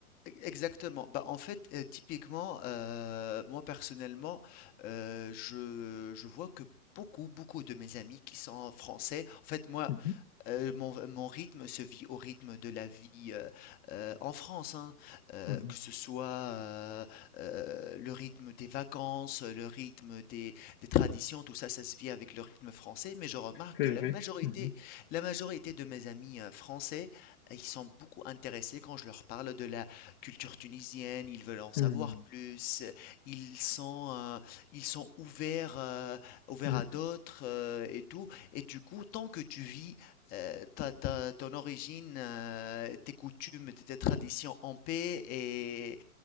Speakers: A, on the left; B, on the left.
A: e- exactement. Bah, en fait, euh, typiquement, euh, moi personnellement, euh, je, je vois que beaucoup, beaucoup de mes amis qui sont français, en fait, moi,
B: Mhm,
A: Heu, mon mon rythme se vit au rythme de la vie, heu heu, en France, hein. Heu,
B: mhm.
A: que ce soit, heu heu, le rythme des vacances, le rythme des des traditions, tout ça, ça se vit avec le rythme français. Mais je remarque
B: C'est
A: que
B: vrai.
A: la majorité
B: Mhm,
A: la majorité de mes amis, heu, français, euh, ils sont beaucoup intéressés quand je leur parle de la culture tunisienne. Ils veulent en savoir
B: mhm,
A: plus. Ils sont, heu, ils sont ouverts, heu, ouverts
B: mhm,
A: à d'autres, heu, et tout. Et du coup, tant que tu vis euh, ta, ta- ton origine, euh, tes coutumes, tes traditions en paix et,